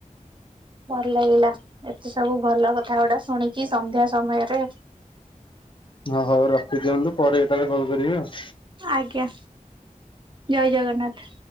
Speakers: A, on the right (about 35°); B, on the left (about 35°).
A: ଭଲ ଲାଗିଲା ଏତେ ସବୁ ଭଲ କଥା ଗୋଟା ଶୁଣିକି ସନ୍ଧ୍ୟା ସମୟରେ
B: ହଁ ହଉ ରଖିଦିଅନ୍ତୁ ପରେ ଏ କେତଳେ କଲ କରିବେ ଆଉ।
A: ଆଜ୍ଞା ଜୟ ଜଗନ୍ନାଥ।